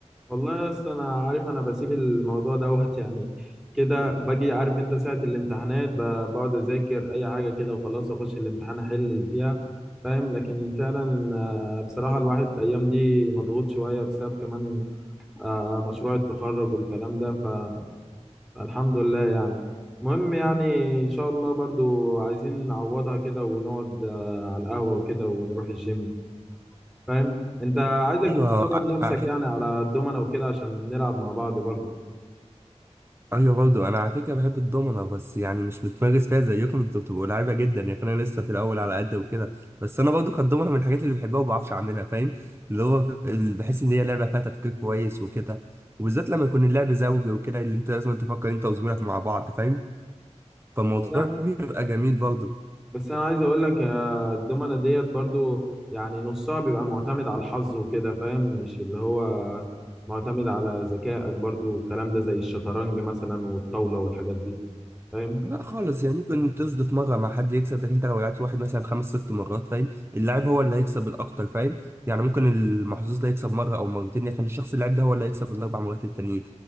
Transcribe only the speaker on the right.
ايوه
ع-
على فكره
ايوه برضه انا على فكره بحب الدومنه بس يعني مش بتمارس فيها زيكم انتوا بتبقوا لعيبه جدا يعني انا لسه في الاول على قد وكده بس انا برضه كانت الدومنه من الحاجات اللي بحبها وما بعرفش اعملها فاهم اللي هو ف- اللي بحس ان هي لعبه فيها تفكير كويس وكده وبالذات لما يكون اللعب زوجي وكده اللي انت لازم تفكر انت وزميلك مع بعض فاهم فالموضوع
بيبقى جميل برضه
لا خالص يعني ممكن تصدف مرة مع حد يكسب لكن انت لو لعبت واحد مثلا خمس ست مرات فاهم اللاعب هو اللي هيكسب الأكتر فاهم يعني ممكن المحظوظ ده يكسب مرة أو مرتين لكن الشخص اللي لعب ده هو اللي هيكسب الأربع مرات التانيين